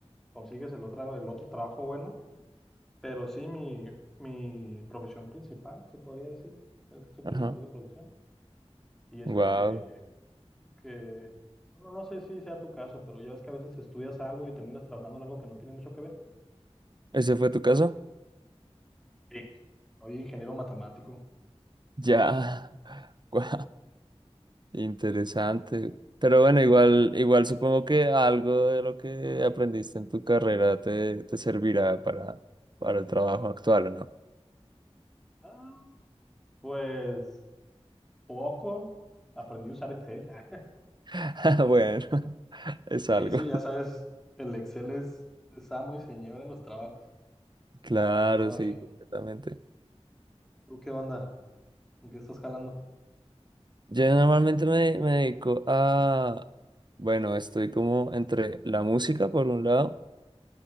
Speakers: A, in the centre; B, on the right.
A: consigues el otro, el otro trabajo bueno, pero sí, mi, mi profesión principal, se podría decir, es supervisor
B: ajá.
A: de producción. Y eso
B: Guau.
A: que, que, bueno, no sé si sea tu caso, pero ya ves que a veces estudias algo y terminas trabajando en algo que no tiene mucho que ver.
B: ¿Ese fue tu caso?
A: Sí. Oye, ingeniero matemático.
B: Ya. <laughs> Guau. Interesante. Pero bueno, igual, igual supongo que algo de lo que aprendiste en tu carrera te, te servirá para, para el trabajo actual, ¿o no?
A: Ah, Pues poco. Aprendí a usar Excel. Ah,
B: <laughs> Bueno, <laughs> es
A: Sí,
B: algo.
A: sí, ya sabes, el Excel es, es amo y señor en los trabajos,
B: Claro,
A: todavía.
B: sí, completamente.
A: ¿Tú qué onda? ¿En qué estás jalando?
B: Yo normalmente me, me dedico a, bueno, estoy como entre la música por un lado